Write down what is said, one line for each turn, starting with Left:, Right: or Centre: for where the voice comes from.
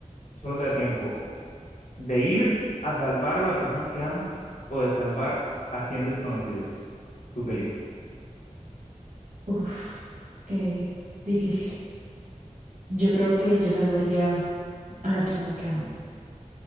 Left: solo te da tiempo, de ir a salvar a la persona que amas o de salvar a 100 desconocidos. Tú que eliges.
Right: Uf, qué difícil. Yo creo que yo salvaría a la persona que amo.